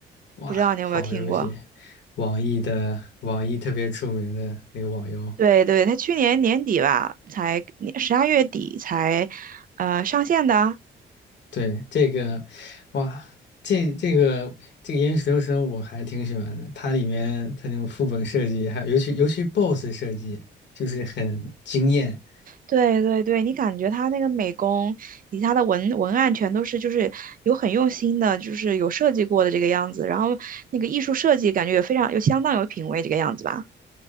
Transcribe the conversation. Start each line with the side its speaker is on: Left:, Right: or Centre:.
Left: 哇，
Right: 不知道你有没有听过？
Left: 好游戏，网易的网易特别出名的那个网游。
Right: 对对，他去年年底吧，才十二月底才，呃，上线的。
Left: 对，这个，哇，这这个这个《岩与石头声》我还挺喜欢的，它里面它那种副本设计，还有尤其尤其 BOSS 设计，就是很惊艳。
Right: 对对对，你感觉他那个美工以及他的文文案全都是就是有很用心的，就是有设计过的这个样子，然后那个艺术设计感觉也非常有相当有品味这个样子吧。